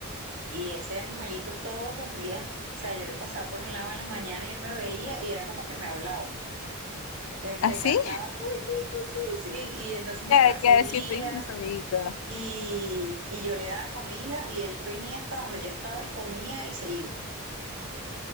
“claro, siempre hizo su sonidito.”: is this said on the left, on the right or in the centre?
Left